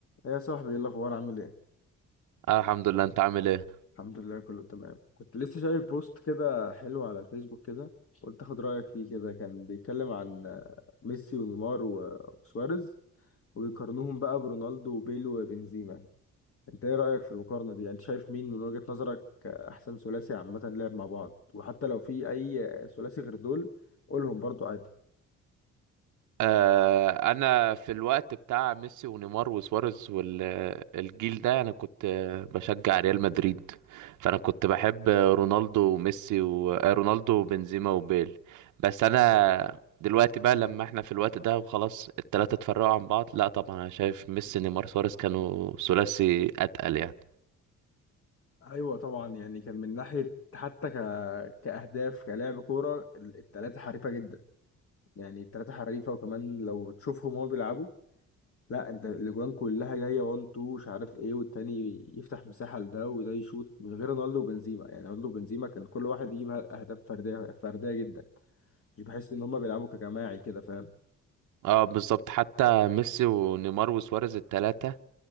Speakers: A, on the left; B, on the right.
A: ايه يا صاحبي ايه الاخبار عامل ايه
B: آه الحمد لله انت عامل ايه
A: الحمد لله كله تمام كنت لسه شايف بوست كده حلو على الفيسبوك كده قلت اخد رايك فيه كده كان بيتكلم عن آه، ميسي ونيمار و- وسواريز وبيقارنوهم بقى برونالدو وبيل وبنزيما انت ايه رايك في المقارنه دي يعني انت شايف مين من وجهة نظرك آه، احسن ثلاثي عامه لعب مع بعض وحتى لو في اي آه، ثلاثي غير دول قولهم برضو عادي
B: آه انا في الوقت بتاع ميسي ونيمار وسواريز والجيل ده انا كنت آه، بشجع ريال مدريد فانا كنت بحب آه، رونالدو وميسي و... آه، رونالدو وبنزيما وبيل بس انا دلوقتي بقى لما احنا في الوقت ده وخلاص التلاتة اتفرقوا عن بعض لا طبعا انا شايف ميسي نيمار سواريز كانوا ثلاثي اتقل يعني
A: ايوه طبعا يعني كان من ناحيه حتى ك... كاهداف كلاعب كوره الثلاثه حريفه جدا يعني التلاتة حريفة وكمان لو تشوفهم وهو بيلعبوا لا انت الاجوان كلها جايه 1 2 مش عارف ايه والتاني يفتح مساحه لده وده يشوط من غير رونالدو وبنزيما يعني رونالدو وبنزيما كان كل واحد يجيب اهداف فرديه فرديه جدا مش بحس ان هما بيلعبوا كجماعي كده فاهم
B: اه بالظبط حتى ميسي ونيمار وسواريز التلاتة